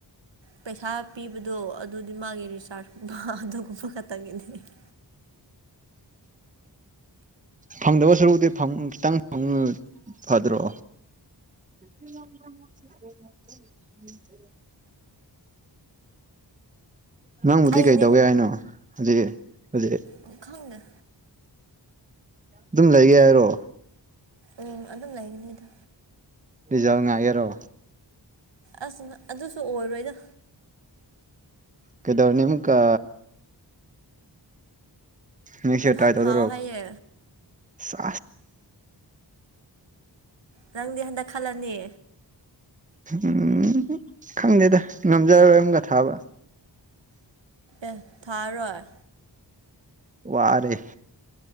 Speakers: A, on the right; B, on the right.
A: ꯄꯩꯁꯥ ꯄꯤꯕꯗꯣ ꯑꯗꯨꯗꯤ ꯃꯥꯒꯤ ꯔꯤꯆꯥꯔꯖꯀꯨꯝꯕ ꯑꯗꯨꯒꯨꯝꯕ ꯇꯒꯗꯅꯤ <inaudible>
B: ꯐꯪꯗꯕ ꯁꯔꯨꯛꯗꯤ ꯐꯪ ꯈꯤꯇꯪ ꯐꯪ ꯐꯗ꯭ꯔꯣ <unintelligible> ꯅꯪꯕꯨꯗꯤ
A: ꯑꯩꯅꯤꯀꯣ
B: ꯀꯩꯗꯧꯋꯦ ꯍꯥꯏꯅꯣ ꯍꯧꯖꯤꯛ ꯍꯧꯖꯤꯛ
A: ꯎꯝ ꯈꯪꯗꯦ
B: ꯑꯗꯨꯝ ꯂꯩꯒꯦ ꯍꯥꯏꯔꯣ
A: ꯎꯝ ꯑꯗꯨꯝ ꯂꯩꯒꯅꯤꯗ
B: ꯗꯤꯖꯥꯎ ꯉꯒꯦꯔꯣ
A: ꯑꯁ ꯑꯗꯨꯁꯨ ꯑꯣꯏꯔꯣꯏꯗ
B: ꯀꯗꯔꯅꯤ ꯃꯨꯛꯀ ꯃꯤꯁ
A: ꯃꯊꯪ
B: ꯇꯥꯏ ꯇꯗ꯭ꯔꯣ
A: ꯊꯥꯎ ꯍꯥꯏꯌꯦ
B: ꯁꯥ
A: ꯅꯪꯗꯤ ꯍꯟꯗꯛ ꯈꯜꯂꯅꯤ
B: ꯎꯝ ꯈꯪꯗꯦꯗ ꯉꯝꯖꯔꯔꯣꯏ ꯑꯃꯒ ꯊꯥꯕ
A: ꯑꯦ ꯊꯥꯔꯔꯣꯏ
B: ꯋꯥꯔꯦ